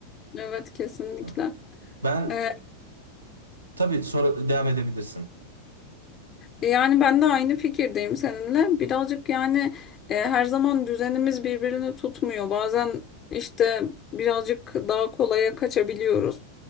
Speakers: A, on the left; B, on the right.
A: Evet kesinlikle.
B: Evet. Ben
A: E,
B: tabii sonra devam edebilirsin.
A: E, Yani ben de aynı fikirdeyim seninle. Birazcık yani e, her zaman düzenimiz birbirini tutmuyor. Bazen işte birazcık daha kolaya kaçabiliyoruz.